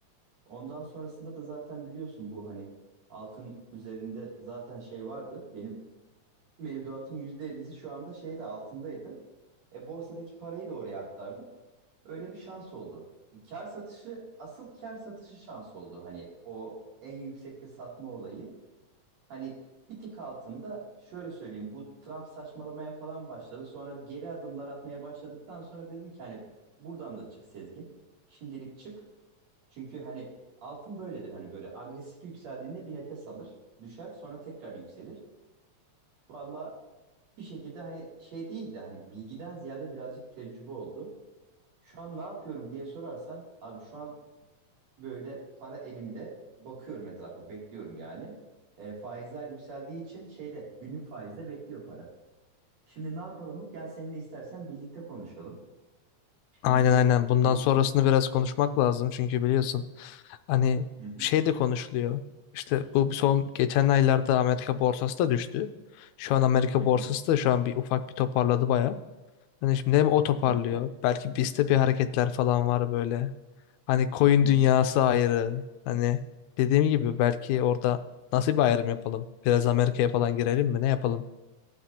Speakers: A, on the right (about 60°); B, on the left (about 80°).
A: Ondan sonrasında da zaten biliyorsun bu hani altın üzerinde zaten şey vardı. Benim mevduatın %50'si şu anda şeyde altındaydı. E borsadaki parayı da oraya aktardım. Öyle bir şans oldu. Kar satışı, asıl kar satışı şans oldu. Hani o en yüksekte satma olayı. Hani bir tık altında şöyle söyleyeyim. Bu Trump saçmalamaya falan başladı. Sonra geri adımlar atmaya başladıktan sonra dedim ki hani buradan da çık Sezgin. Şimdilik çık. Çünkü hani altın böyledir. Hani böyle agresif yükseldiğinde bir nefes alır. Düşer sonra tekrar yükselir. Valla bir şekilde hani şey değil de hani bilgiden ziyade birazcık tecrübe oldu. Şu an ne yapıyorum diye sorarsan abi şu an Böyle para elimde bakıyorum etrafa bekliyorum yani. E, faizler yükseldiği için şeyde günlük faizde bekliyor para. Şimdi ne yapalım? Gel seninle istersen birlikte konuşalım. Şimdi
B: Aynen
A: bu
B: aynen. Bundan
A: dediği
B: sonrasını biraz konuşmak lazım çünkü biliyorsun hani
A: Hı hı,
B: şey de konuşuluyor. İşte bu son geçen aylarda Amerika borsası da düştü. Şu an Amerika
A: hı hı,
B: borsası da şu an bir ufak bir toparladı baya. Hani şimdi hem o toparlıyor.
A: hı hı,
B: Belki bizde bir hareketler falan var böyle. Hani koyun
A: hı
B: dünyası
A: hı.
B: ayrı. Hani dediğim gibi belki orada nasıl bir ayrım yapalım? Biraz Amerika'ya falan girelim mi? Ne yapalım?